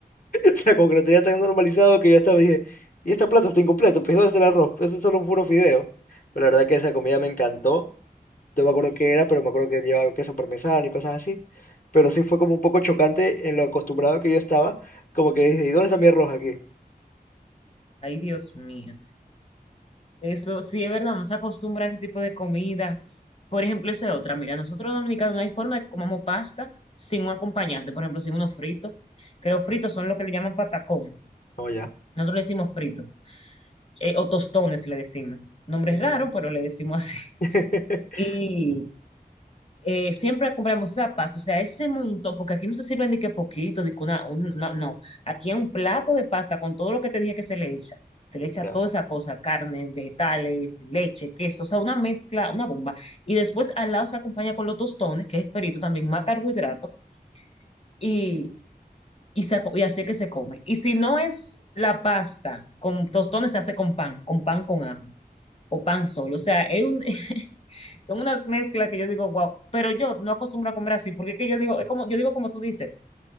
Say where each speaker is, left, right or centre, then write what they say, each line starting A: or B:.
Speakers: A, on the left (about 55°); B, on the left (about 40°).
A: <laughs> O sea, como que lo tenía tan normalizado que yo hasta me dije, y esta plata está incompleta, pues ¿dónde está el arroz? Eso es solo un puro fideo. Pero la verdad que esa comida me encantó. No me acuerdo qué era, pero me acuerdo que llevaba queso parmesano y cosas así. Pero sí fue como un poco chocante en lo acostumbrado que yo estaba. Como que dije, ¿y dónde está mi arroz aquí?
B: Ay, Dios mío. Eso sí es verdad, nos acostumbra a ese tipo de comida. Por ejemplo, esa es otra. Mira, nosotros los dominicanos no hay forma de que comamos pasta sin un acompañante, por ejemplo, sin unos fritos, que los fritos son lo que le llaman patacón.
A: No, ya.
B: Nosotros le decimos frito, eh, o tostones le decimos. Nombre
A: Mm.
B: es raro, pero le decimos así.
A: <laughs>
B: <laughs> Y eh, siempre compramos esa pasta, o sea, ese montón, porque aquí no se sirven de que poquito, de que una, un- no, no, aquí es un plato de pasta con todo lo que te dije que se le echa, se le echa
A: Ya.
B: toda esa cosa, carne, vegetales, leche, queso, o sea, una mezcla, una bomba, y después al lado se acompaña con los tostones, que es frito también, más carbohidrato, y, y, se aco- y así es que se come. Y si no es la pasta, con tostones se hace con pan, con pan con ajo, o pan solo, o sea, es un, son unas mezclas que yo digo, wow, pero yo no acostumbro a comer así, porque es que yo digo, es como, yo digo como tú dices,